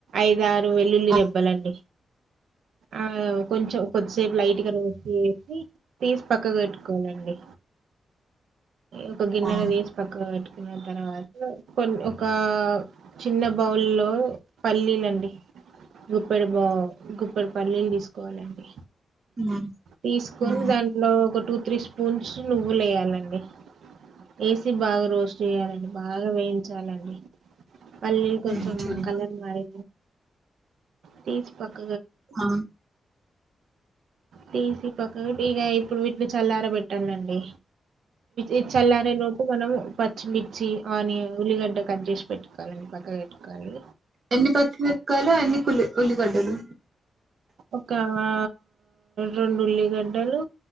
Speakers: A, on the right (about 80°); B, on the right (about 45°).
A: ఐదారు వెల్లుల్లి
B: ఆ,
A: రెబ్బలండి ఆ కొంచెం కొద్దిసేపు లైట్గా ను ఏపి తీసి పక్కగిపెట్టుకోవాలండి ఒక గిన్నెలో
B: ఆ,
A: తీసి పక్కకిపెట్టి న్న తర్వాత కొన్ని ఒక చిన్న బౌల్లో పల్లీలండి గుప్పెడు బౌ గుప్పెడు పల్లీలు తీసుకోవాలండి
B: మ్మ్,
A: తీసుకొని
B: మ్మ్,
A: దాన్ని ఒక టూ త్రీ స్పూన్స్ నువ్వులెయ్యాలండి యేసి బాగా రోస్ట్ చేయాలండి బాగా వేయి చాలండి పల్లీలు కొంచం
B: మ్మ్, మ్మ్.
A: కలర్ మారి తీస్కో <inaudible>
B: ఆ.
A: తీసి పక్కకి ఇప్పుడు వీటిని చల్లార పెట్టాలండి ఇ చల్లారెలోపు మనం పచ్చిమిర్చి ఆనియన్ ఉల్లిగడ్డ కట్ చేసి పెట్టుకోవాలండి పక్కకి పెట్టుకోవాలి
B: ఎన్ని పచ్చిమిరపకాయిలు ఎన్ని కుల్లి ఉల్లి గడ్డలు
A: ఒక ఆ రెండు ఉల్లిగడ్డలు